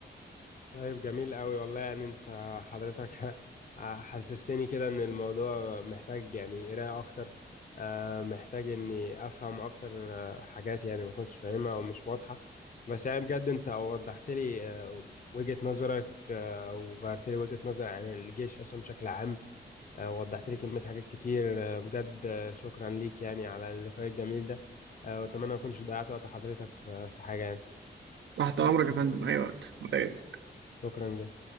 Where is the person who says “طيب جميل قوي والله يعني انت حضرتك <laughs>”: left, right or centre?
Left